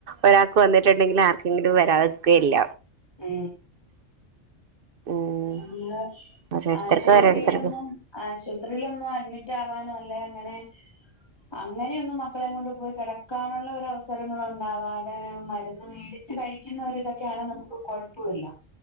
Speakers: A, on the right (about 50°); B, on the left (about 20°).
A: ഒരാൾക്ക് വന്നിട്ടുണ്ടെങ്കിൽ ആർകങ്കിലും വരാതിക്കെ യില്ല
B: ഏ
A: ഉം
B: അന്ന്
A: ഓരോരുത്തർക്ക്
B: ആശുപത്രിയിലൊന്നും
A: ഓരോരുത്തർക്ക്
B: ആശുപത്രിലൊന്നും അഡ്മിറ്റ് ആകാനും അല്ലേ ങ്ങനെ അങ്ങനയൊന്നും മക്കളെ കൊണ്ട് പോയി കടക്കാനുള്ള ഒരു അവസരങ്ങള് ഉണ്ടാവാതെ മരുന്ന് മേടി വച്ച് കഴിക്കുന്നഒര് ഇതൊക്കെയാണ് നമുക്ക് കുഴപ്പോല്ല